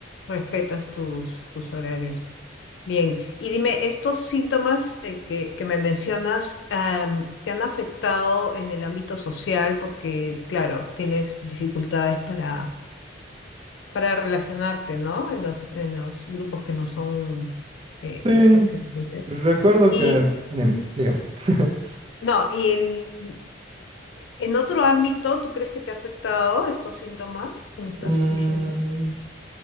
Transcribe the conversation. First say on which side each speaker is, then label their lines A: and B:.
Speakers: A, on the left; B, on the right.
A: Respetas tus, tus horarios. Bien, y dime, ¿estos síntomas eh, que, que me mencionas am, te han afectado en el ámbito social? Porque, claro, tienes dificultades para, para relacionarte, ¿no? En los, en los grupos que no son eh,
B: Sí,
A: estos que me dices.
B: recuerdo
A: Y,
B: que... Dime,
A: Ujú.
B: dígame. <laughs>
A: no, y el- en otro ámbito, ¿tú crees que te ha afectado estos síntomas que me estás
B: Mm,
A: diciendo?